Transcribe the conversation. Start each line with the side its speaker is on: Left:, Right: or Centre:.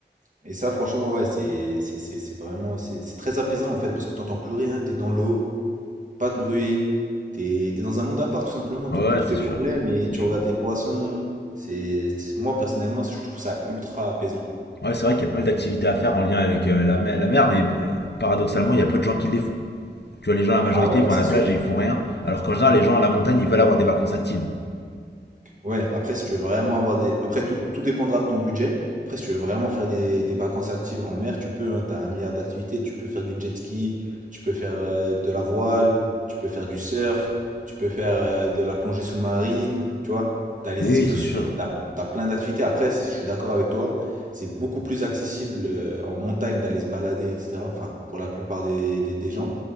Right: Et ça, franchement, ouais, c'est c'est- c'est- c'est vraiment... C'est c'est très apaisant, en fait, parce que t'entends plus rien. T'es dans l'eau, pas de bruit. T'es t'es dans un monde à part, tout simplement. T'oublies
Left: Ouais, ouais,
Right: tous
Left: c'est
Right: tes
Left: sûr.
Right: problèmes et
Left: C'est
Right: tu
Left: sûr.
Right: regardes les poissons. C'est, c'est- moi, personnellement, je trouve ça ultra apaisant.
Left: Ouais, c'est vrai qu'il y a pas mal d'activités à faire en lien avec euh, la, mer, la mer, mais euh, paradoxalement, il y a peu de gens qui les font. Tu vois, les gens, la majorité,
Right: Ah ouais,
Left: ils
Right: non,
Left: vont
Right: c'est
Left: à la
Right: sûr.
Left: plage et ils font rien, alors qu'en général, les gens à la montagne, ils veulent avoir des vacances actives.
Right: Ouais, après, si tu veux vraiment avoir des... Après, tout, tout dépendra de ton budget. Après, si tu veux vraiment faire des, des vacances actives en mer, tu peux, hein, t'as un milliard d'activités. Tu peux faire du jet ski, tu peux faire euh, de la voile, tu peux faire du surf, tu peux faire euh, de la plongée sous-marine, tu vois. T'as les
Left: Oui,
Right: excursions,
Left: oui, c'est sûr.
Right: t'as, t'as plein d'activités. Après, si- je suis d'accord avec toi, c'est beaucoup plus accessible euh, en montagne d'aller se balader, etc. Enfin, pour la plupart des, des, des gens,